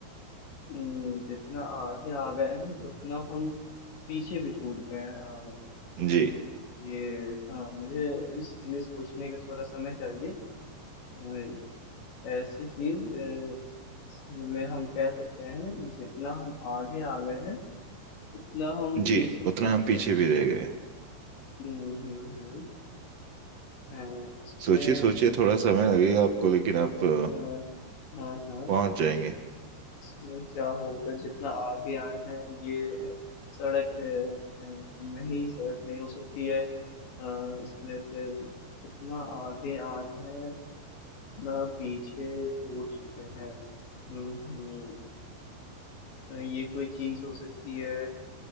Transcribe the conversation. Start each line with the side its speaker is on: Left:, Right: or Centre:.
Left: हम्म, जितना आगे आ गए हैं उतना हम पीछे भी छूट गए हैं हाँ
Right: जी
Left: ये हाँ मुझे इसके लिए सोचने का थोड़ा समय चाहिए हाँ, ऐसी चीज अ, इसमें हम कह सकते हैं जितना हम आगे आ गए हैं उतना हम
Right: जी
Left: पीछे छूट
Right: उतना हम
Left: गए
Right: पीछे
Left: हैं
Right: भी रह गए हैं
Left: हम्म हम्म हम्म हाँ, इसमें
Right: सोचिए सोचिए थोड़ा समय लगेगा आपको लेकिन आप अ,
Left: अ, हाँ हाँ
Right: पहुंच जाएंगे
Left: इसमें क्या होगा जितना आगे आए हैं ये अ, सड़क अ, अ, नहीं सड़क नहीं हो सकती है अ, इसमें फिर जितना आगे आए हैं उतना पीछे छूट चुके हैं हम्म हम्म, अ, ये कोई चीज हो सकती है